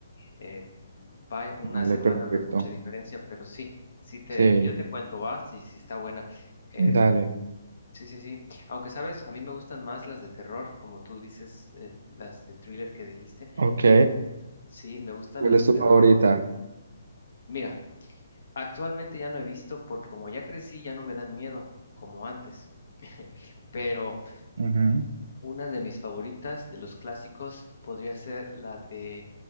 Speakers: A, on the left; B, on the right.
A: Eh, vaya, una
B: Dale,
A: semana
B: perfecto.
A: no es mucha diferencia, pero sí, sí te,
B: Sí,
A: yo te cuento, va, si, si está buena. Eh,
B: dale.
A: sí, sí, sí. Aunque sabes, a mí me gustan más las de terror, como tú dices, eh, las de thriller que dijiste.
B: Ok.
A: Sí, me gustan
B: ¿Cuál
A: las
B: es
A: de
B: tu
A: terror.
B: favorita?
A: Mira, actualmente ya no he visto porque como ya crecí, ya no me dan miedo como antes. <laughs> Pero
B: Ujú.
A: una de mis favoritas de los clásicos podría ser la de